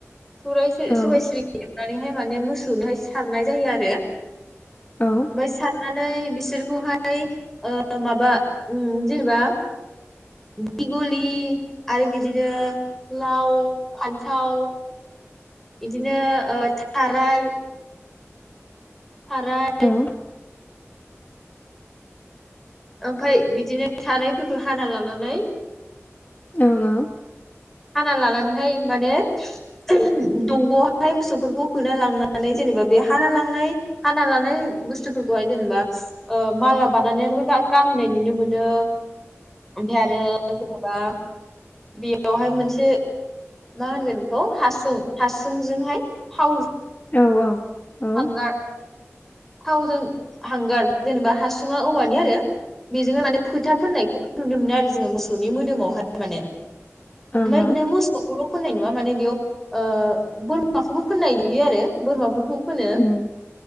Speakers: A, in the centre; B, on the left (about 35°).
A: सैराय <unintelligible>
B: औ
A: सौनानैहाय माने मोसौनोहाय सारनाय जायो आरो ।
B: औ
A: ओमफ्राय सार नानै बिसोरखौहाय ओ माबा उम जेनेबा दिगलि आरो बिदिनो लाव फान्थाव इदिनो ओ थाराय । थाराइ
B: औ ओं
A: ओमफफ्राय बिदिनो थारायफोरखौ हाना लानानै
B: ओं ओं
A: हाना लानानैहाय माने दंग'आवहाय मोसौफोरखौ होना लांनानै जेनेबा बे हाना लांनाय हाना लानाय बुस्थुफोरखौहाय जेनेबा माला बानायानानैानो गानहोनाय नुनो मोनो। ओमफ्राय आरो जेनेबा बे अ हाय मोनसे मा हो नो इखौ हासुं हासुंजोंहाय थाव
B: औ औ औ ओं
A: हांगार । थावजों हांगार जेनेबा हासुङा औवानि आरो। बेजोंनो माने फोथा फोननायखौ नुनो मोनो आरो जोङो मोसौनि मोदोमावहाय माने ओमफ्राय
B: ओं
A: बिदिनो मोसौखौ फोननाय नुवा माने बेयाव बोरमाखौबो फोननाय नुयो आरो बोरमाफोरखौ फोनो
B: उम